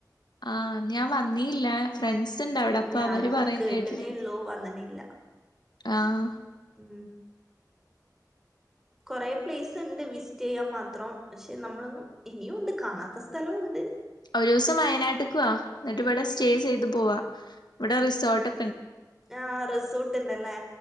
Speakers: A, on the left; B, in the centre.
A: ആഹ് ഞാൻ വന്നീല്ല ഫ്രണ്ട്സ് ഉണ്ട് അവിടെ അപ്പൊ
B: ഞാനും
A: അവര് പറയുന്ന
B: കേട്ടനേള്ളോ
A: കേട്ടിട്ടുണ്ട്
B: വന്നിണ് ഇല്ല
A: ആഹ്
B: ഉം കൊറെ പ്ലേസ് ഇണ്ട് വിസിറ്റെയ്യാൻ മാത്രം പക്ഷെ നമ്മളൊന്നും ഇനിയും ഇണ്ട് കാണാത്ത സ്ഥലവും ഇണ്ട്
A: ഒരോസം വയനാട്ട്ക്ക് വാ എന്നിട്ട് ഇവിടെ സ്റ്റേ ചെയ്ത് പോവാ ഇവിടെ റിസോർട്ട്ക്കെ
B: ആഹ് റിസോർട്ട്ണ്ടല്ലേ